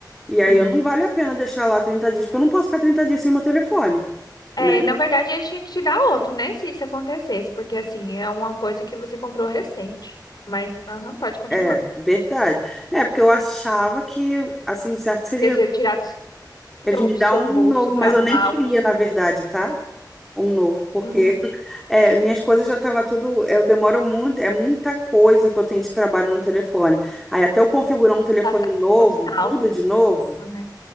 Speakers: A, in the centre; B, on the left (about 65°).
A: e aí
B: sim.
A: eu não vale a pena deixar lá 30 dias, porque eu não posso ficar 30 dias sem meu telefone
B: É,
A: né?
B: na verdade, ele tinha que te dar outro, né? Se isso acontecesse, porque assim, é uma coisa que você comprou recente. Mas, aham, pode continuar.
A: É, verdade. É, porque eu achava que, assim, o certo seria
B: Porque você tirar do
A: eles
B: seu,
A: me
B: seu
A: dar um
B: bolso
A: novo,
B: pra
A: mas
B: arrumar
A: eu nem queria,
B: algo que
A: na verdade, tá? Um novo, porque
B: uhum,
A: <laughs> é, minhas coisas já tava tudo. Eu demoro muito, é muita coisa que eu tenho de trabalho no telefone. Aí até eu configurar um telefone
B: passa
A: novo,
B: tudo salvo,
A: tudo de novo,
B: né?